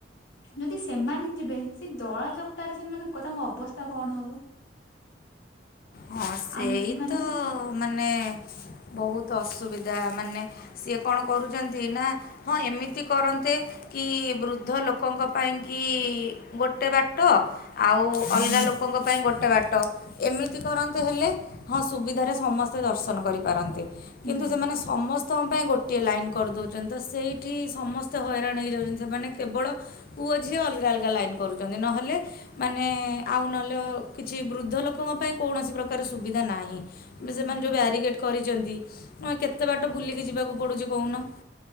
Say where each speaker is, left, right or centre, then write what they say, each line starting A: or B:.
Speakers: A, on the left; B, on the left.
A: ଯଦି ସେମାନେ ଯିବେ ସେ ଦଳା ଚକଟାରେ ସେମାନ କ ତାଙ୍କ ଅବସ୍ଥା କଣ ହବ?
B: ହଁ ସେଇତ
A: ଆମେ ମାନେ
B: ମାନେ ବହୁତ ଅସୁବିଧା ମାନେ ସିଏ କଣ କରୁଛନ୍ତି ନା ହଁ ଏମିତି କରନ୍ତେ। କି ବୃଦ୍ଧ ଲୋକଙ୍କ ପାଇଁ କି ଗୋଟେ ବାଟ। ଆଉ ଅଲଗା ଲୋକଙ୍କ ପାଇଁ ଗୋଟେ ବାଟ ଏମିତି କରନ୍ତେ ହେଲେ ହଁ ସୁବିଧାରେ ସମସ୍ତେ ଦର୍ଶନ କରିପାରନ୍ତେ। କିନ୍ତୁ
A: ହୁଁ
B: ସେମାନେ ସମସ ସଙ୍କ ପାଇଁ ଗୋଟିଏ ଲାଇନ୍ କରିଦେଉଛନ୍ତି ତ ସେଇଠି ସମସ୍ତେ ହଇରାଣ ହେଇଯାଉଛନ୍ତି ସେମାନେ କେବଳ ପୁଅଝିଅ ଅଲଗା ଅଲଗା ଲାଇନ୍ କରୁଛନ୍ତି ନହେଲେ ମାନେ ଆଉ ନହେଲେ କିଛି ବୃଦ୍ଧ ଲୋକଙ୍କ ପାଇଁ କୌଣସି ପ୍ରକାର ସୁବିଧା ନାହିଁ କି ସେମାନେ
A: ନା
B: ଯୋଉ ବ୍ୟାରିଗେଟ୍ କରିଛନ୍ତି ନୁହେଁ କେତେ ବାଟ ବୁଲିକି ଯିବାକୁ ପଡ଼ୁଚି କହୁନ।